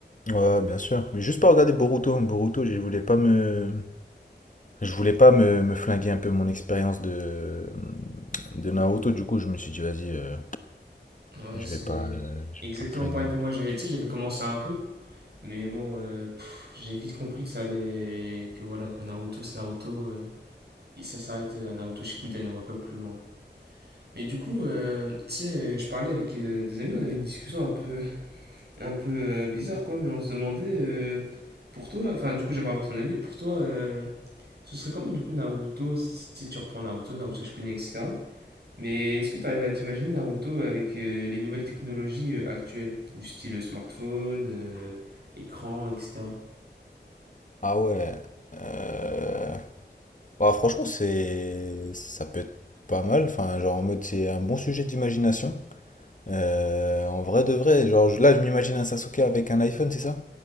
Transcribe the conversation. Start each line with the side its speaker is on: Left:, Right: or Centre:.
Left: Ouais, bien sûr. Mais juste pas regarder Boruto. Boruto, je voulais pas me, je voulais pas me, me flinguer un peu mon expérience de de Naruto. Du coup, je me suis dit, vas-y, euh,
Right: Ouais,
Left: je
Right: c'est
Left: vais pas, euh, je
Right: exactement
Left: vais pas me flinguer.
Right: pareil pour moi. J'avais, tu sais, j'avais commencé un peu, mais bon, euh, pff, j'ai vite compris que ça allait, que voilà, quoi, Naruto, c'est Naruto, euh, et ça s'arrête à Naruto Shippuden, on va pas plus loin. Mais du coup, euh, tu sais, euh, je parlais avec euh, des amis, on avait une discussion un peu, un peu euh, bizarre, quoi, mais on se demandait, euh, pour toi, enfin, du coup, j'aimerais avoir ton avis, pour toi, euh, ce serait comment, du coup, Naruto, si, si tu reprends Naruto, Naruto Shippuden, etc. Mais est-ce que tu arrives à t'imaginer Naruto avec euh, les nouvelles technologies euh, actuelles, du style smartphone, euh, écran, etc.
Left: Ah ouais. Euh... Bah, franchement, c'est ça peut être pas mal. Enfin, genre en mode, c'est un bon sujet d'imagination. Euh, en vrai de vrai, genre je- là, je m'imagine un Sasuke avec un iPhone, c'est ça?